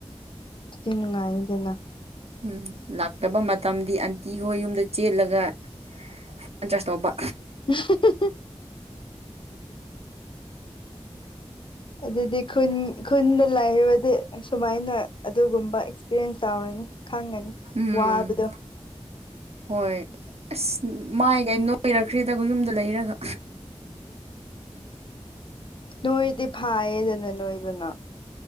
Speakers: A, on the left; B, on the right.
A: ꯗꯤ ꯅꯨꯡꯉꯥꯏꯅꯤꯗꯅ꯫
B: ꯎꯝ ꯂꯥꯛꯇꯕ ꯃꯇꯝꯗꯤ ꯑꯟꯇꯤꯈꯣꯏ ꯌꯨꯝꯗ ꯆꯦꯜꯠꯂꯒ ꯐꯣꯟ ꯆꯥꯔꯖ ꯇꯧꯕ꯫
A: <unintelligible> ꯑꯗꯨꯗꯤ ꯈꯨꯟ ꯈꯨꯟꯗ ꯂꯥꯏꯕꯗꯤ ꯁꯨꯃꯥꯏꯅ ꯑꯗꯨꯒꯨꯝꯕ ꯑꯦꯛꯁꯄꯤꯔꯤꯌꯦꯟꯁ ꯇꯥꯎꯔꯅꯤ꯫ ꯈꯪꯑꯅꯤ
B: ꯎꯝ
A: ꯋꯥꯕꯗꯣ꯫
B: ꯍꯣꯏ ꯑꯁ ꯃꯥꯏꯒ ꯅꯣꯏꯔꯛꯈ꯭ꯔꯦꯗꯒ ꯌꯨꯝꯗ ꯂꯩꯔꯒ꯫
A: ꯅꯣꯏꯗꯤ ꯐꯥꯌꯦꯗꯅ ꯅꯣꯏꯗꯨꯅ꯫